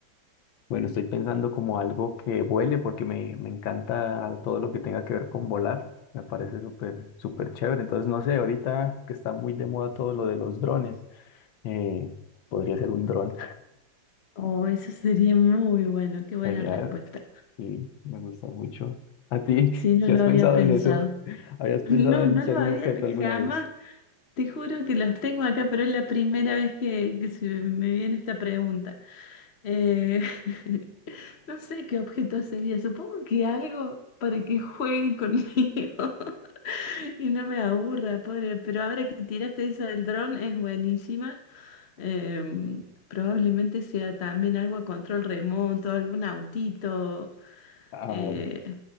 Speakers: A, on the left; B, on the left.
A: Bueno, estoy pensando como algo que vuele porque me, me encanta todo lo que tenga que ver con volar. Me parece súper, súper chévere. Entonces, no sé, ahorita que está muy de moda todo lo de los drones, eh, podría ser un dron.
B: Oh, eso sería muy bueno,
A: <laughs>
B: qué buena
A: Genial,
B: respuesta.
A: Sí, me gusta mucho. ¿A ti? <laughs>
B: Sí, no
A: ¿Si
B: lo
A: has pensado
B: había pensado.
A: en eso? <laughs> ¿Habías pensado
B: No,
A: en
B: no
A: ser
B: lo había
A: un objeto alguna
B: jamás.
A: vez?
B: Te juro que los tengo acá, pero es la primera vez que, que se me viene esta pregunta. Eh, <laughs> no sé qué objeto sería. Supongo que algo para que juegue conmigo. <laughs> Y no me aburra, pobre. Pero ahora que tiraste esa del dron, es buenísima. Em, probablemente sea también algo a control remoto, algún autito,
A: Ah,
B: eh,
A: ok.